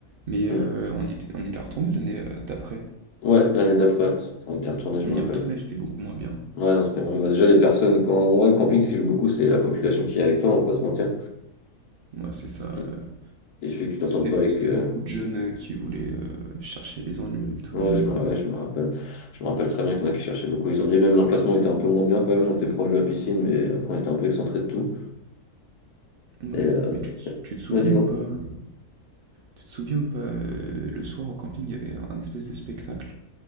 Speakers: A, on the right (about 80°); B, on the left (about 75°).
A: Mais euh,
B: Hmm.
A: on y était, on y était retourné l'année euh, d'après.
B: Ouais, l'année d'après, on était retourné, je
A: On
B: me
A: y
B: rappelle.
A: est retourné, c'était beaucoup moins bien.
B: Ouais, non, c'était vraiment. bah, déjà, les personnes, quand. Ouais, le camping, ce qui joue beaucoup, c'est la population qui est avec toi, on va pas se mentir.
A: Ouais, c'est ça. euh,
B: Il il suffit que tu t'entendes
A: C'était,
B: pas avec.
A: c'était
B: euh,
A: beaucoup de jeunes euh, qui voulaient euh, chercher les ennuis avec tout
B: Ouais,
A: le monde.
B: je me... ouais, je me rappelle. Je me rappelle très bien qu'il y en a qui cherchaient beaucoup. Ils ont dit, même l'emplacement était un peu moins bien quand même. On était proche de la piscine, mais après, on était un peu excentré de tout.
A: euh.
B: Et.
A: Ouais,
B: euh,
A: mais tu, te sou- tu te souviens
B: Ouais, dis-moi.
A: ou pas? euh, Tu te souviens ou pas, euh, le soir au camping, il y avait un, un espèce de spectacle.